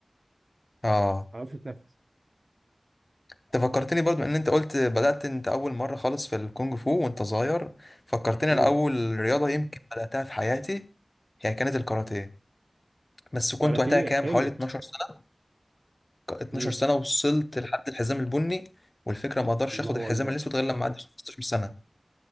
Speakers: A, on the left; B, on the right.
A: اه
B: اعرفش اتنفس
A: انت فكرتني برضو ان انت قلت بدات انت اول مره خالص في الكونج فو وانت صغير فكرتني
B: مم.
A: انا اول رياضه يمكن بداتها في حياتي هي كانت الكاراتيه بس كنت
B: كاراتيه
A: وقتها كام
B: حلو
A: حوالي 12 سنه ك- 12
B: مم.
A: سنه وصلت لحد الحزام البني والفكره ما اقدرش
B: الله
A: اخد الحزام
B: اكبر
A: الاسود غير لما اعدي 15 سنه